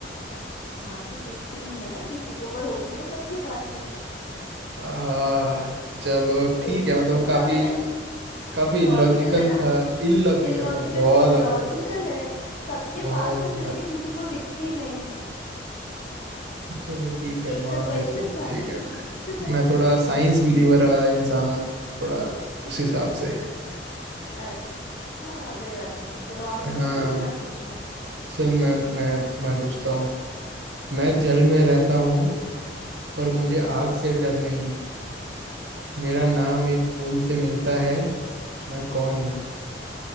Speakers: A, on the left; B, on the right.
A: हाँ तो दिखती नहीं है ना किसी को पर होती तो सबके पास है
B: आ, चलो ठीक
A: यही
B: है
A: तो
B: मतलब
A: पूछा
B: काफी
A: मैंने
B: काफी
A: लॉजिकल
B: इलॉजिकल
A: है ना
B: था इलॉजिकल
A: इलॉजिकल
B: था बहुत
A: नहीं
B: ज्यादा
A: लॉजिकल
B: इलॉजिकल
A: है सबके
B: बहुत
A: पास है
B: ज्यादा
A: फिर भी किसी को दिखती नहीं
B: चलो ठीक
A: यही
B: है मान
A: तो क्वेश्चन
B: लेता हूँ
A: था
B: ठीक
A: ना
B: है मैं
A: <laughs>
B: मैं थोड़ा साइंस बिलीवर वाला इंसान हूँ थोड़ा उस हिसाब से
A: अच्छा कोई बात नहीं चलो आप पूछ
B: हाँ
A: रहे हो कि मैं पूछूं
B: चल मैं मैं मैं पूछता हूँ
A: हम्म
B: मैं जल
A: पूछो
B: में रहता हूँ पर मुझे
A: हम्म
B: आग से डर नहीं मेरा नाम एक फूल से मिलता है मैं कौन हूँ